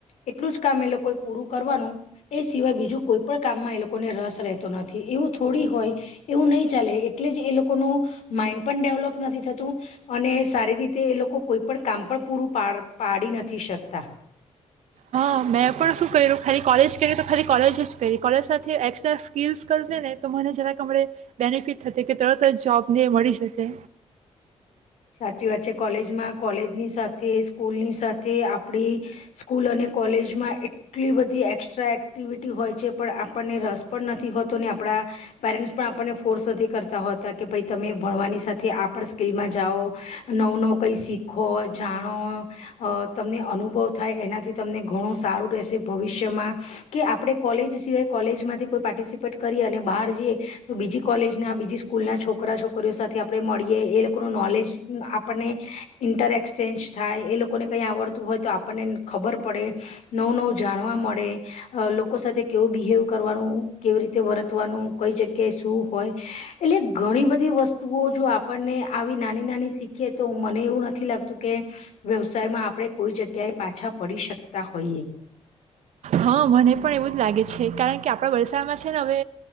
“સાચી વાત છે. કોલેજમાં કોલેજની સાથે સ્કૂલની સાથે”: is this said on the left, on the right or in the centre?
Left